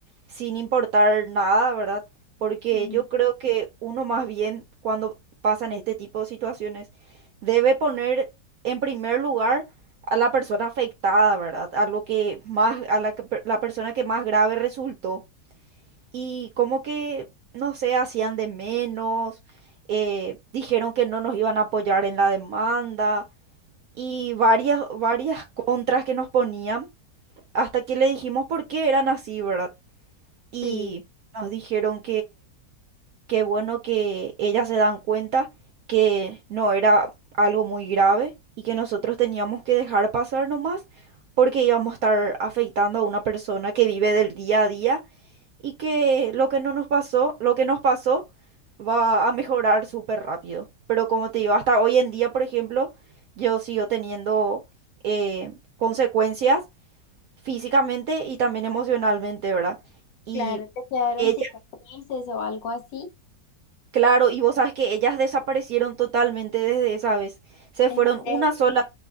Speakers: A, on the right; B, on the left.
A: sin importar nada, ¿verdad? Porque
B: ujú.
A: yo creo que uno más bien cuando pasan este tipo de situaciones debe poner en primer lugar a la persona afectada, ¿verdad? A lo que más, a la, que per- la persona que más grave resultó. Y como que, no sé, hacían de menos, eh, dijeron que no nos iban a apoyar en la demanda y varias, varias contras que nos ponían hasta que le dijimos por qué eran así, ¿verdad? Y
B: Sí,
A: nos dijeron Qué bueno que ellas se dan cuenta que no era algo muy grave y que nosotros teníamos que dejar pasar nomás porque íbamos a estar afectando a una persona que vive del día a día y que lo que no nos pasó, lo que nos pasó va a mejorar súper rápido. Pero como te digo, hasta hoy en día, por ejemplo, yo sigo teniendo eh, consecuencias físicamente y también emocionalmente, ¿verdad? Y
B: claro, te quedaron
A: ella
B: cicatrices o algo así.
A: Claro, y vos sabes que ellas desaparecieron totalmente desde esa vez. Se
B: ¿En
A: fueron
B: serio?
A: una sola,